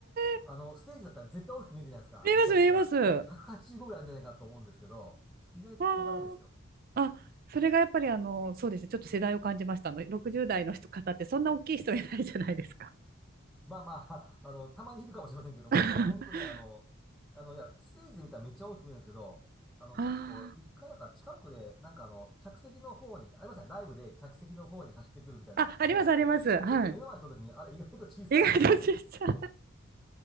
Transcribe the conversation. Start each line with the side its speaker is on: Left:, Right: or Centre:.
Right: ー、
Centre: あの、ステージだったら絶対大きく見えるじゃないですか。
Right: 見えます、
Centre: めちゃくちゃ。
Right: 見えます。わ
Centre: なんか185ぐらいあるんじゃないかと思うんですけど、意外と小柄ですよ。
Right: ーあ、それがやっぱりあの、そうですね、ちょっと世代を感じました。あの、60代の人方ってそんな大きい人いないじゃないですか。
Centre: まあまあ、<laughs> あの、たまにいるかもしれませんけども、
Right: <laughs>
Centre: あの、ほんとね、あの、あの、いや、ステージで見たらめっちゃ大きく見えるんですけど、あの、
Right: あ
Centre: 結構、一回なんか近くで、なんかあの、客席の方に、ありましたね、ライブで客席の方に走ってくるみたいなパフォーマンスで、
Right: ー、あ、あります、あります。はい。
Centre: それで目の前に撮るときに、あれ意外と小さいなと。
Right: 意外とちっちゃい。